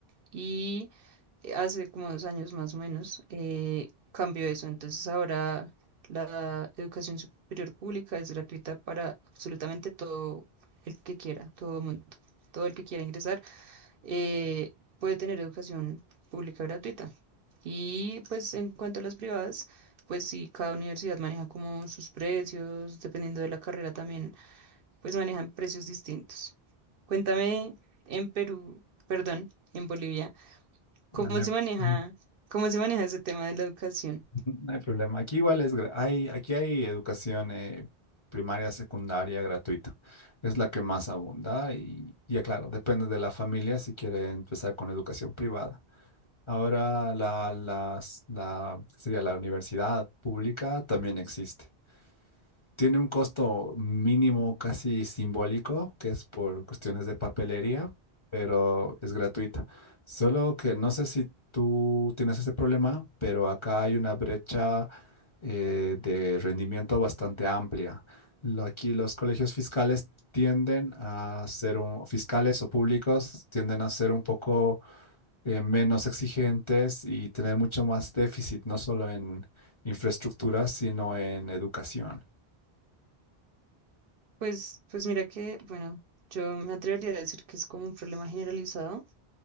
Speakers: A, on the right (about 65°); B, on the left (about 30°).
A: Y hace como dos años más o menos, eh, cambió eso. Entonces ahora la educación superior pública es gratuita para absolutamente todo el que quiera, todo mundo, todo el que quiera ingresar eh, puede tener educación pública gratuita. Y pues en cuanto a las privadas, pues sí, cada universidad maneja como sus precios, dependiendo de la carrera también, pues manejan precios distintos. Cuéntame en Perú, perdón, en Bolivia. ¿Cómo
B: Ah, No hay,
A: se maneja,
B: <clears throat>
A: cómo se maneja ese tema de la educación?
B: No hay problema. Aquí igual es, gra- hay, aquí hay educación eh, primaria, secundaria, gratuita. Es la que más abunda y y ya claro, depende de la familia si quiere empezar con educación privada. Ahora la, las- la, ¿qué sería la universidad pública también existe. Tiene un costo mínimo casi simbólico, que es por cuestiones de papelería, pero es gratuita. Solo que no sé si tú tienes ese problema, pero acá hay una brecha eh, de rendimiento bastante amplia. Lo- Aquí los colegios fiscales tienden a ser un- fiscales o públicos tienden a ser un poco eh, menos exigentes y tener mucho más déficit, no solo en infraestructura, sino en educación.
A: Pues, pues mira que, bueno, yo me atrevería a decir que es como un problema generalizado,